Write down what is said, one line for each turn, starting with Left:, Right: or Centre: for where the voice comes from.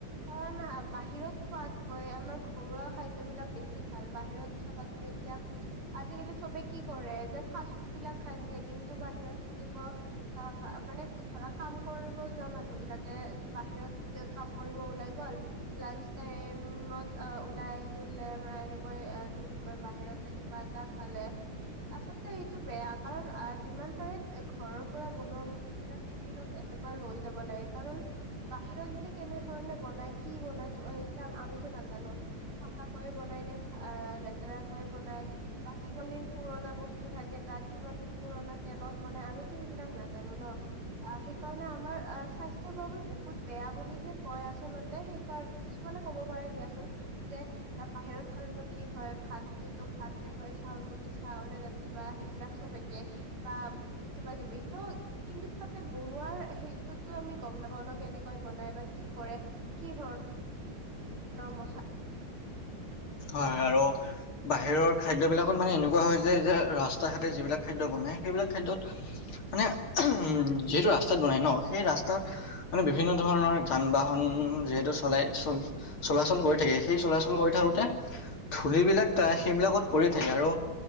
Right: কাৰণ বাহিৰ <unintelligible> কয় আমাৰ ঘৰুৱা খাদ্যবিলাক বেছি ভাল বাহিৰত চাবা তুমি এতিয়া আজিকালি চবে কি কৰে যে ফাষ্ট ফুড বিলাক খাই থাকে দিনটো বাহিৰত থাকিব বা মানে ধৰা কাম কৰিব যোৱা মানুহ বিলাকে বাহিৰত কাম কৰিব ওলাই গল লাঞ্চ টাইমত ওলাই আহিলে বা এনেকৈ কি বুলি কয় বাহিৰতে কিবা এটা খালে আচলতে বেয়া কাৰণ যিমান পাৰে ঘৰৰ পৰা বনোৱা বস্তুবিলাক টিফিনত এনেকুৱা লৈ যাব লাগে কাৰণ বাহিৰত এতিয়া কেনেধৰণে বনাই কি বনাই এতিয়া আমিতো নাজানো চাফা কয় বনাই নে লেতেৰা কয় বনাই বা কিমান দিন পুৰণা বস্তু থাকে। তাত কিমান দিন পুৰণা তেলত বনাই আমিতো সেইবিলাক নাজানো ন অ সেইকাৰণে আমাৰ স্বাস্থ্যৰ বাবে বহুত বেয়া বুলি যে কয় আচলতে সেই কাৰণে কিছুমানে ক'ব পাৰে দিয়াচোন যে বাহিৰত খালেনো কি হয় ভাত টোতো ভাতে হয় চাউলটোতো চাউলে তাতে বা সেই বিলাক চব একে বা কিবা কিবি ত কিন্তু তাতে বনোৱাৰ সেইটোতো আমি গম নাপাওঁ কেনেকৈ বনাই বা কি কৰে কি ধৰণৰ নৰ্মচ
Left: হয়, আৰু বাহিৰৰ খাদ্যবিলাকত মানে এনেকুৱা হৈ যায় যে ৰাস্তা ঘাটে যিবিলাক খাদ্য বনাই সেইবিলাক খাদ্যত- মানে উম যিহেতু ৰাস্তাত বনাই ন' সেই ৰাস্তাত মানে বিভিন্ন ধৰণৰ যান বাহন যিহেতু চলাই চল-চলাচল কৰি থাকে, সেই চলাচল কৰি থাকোঁতে ধূলি বিলাক ত সেইবিলাকত পৰি থাকে আৰু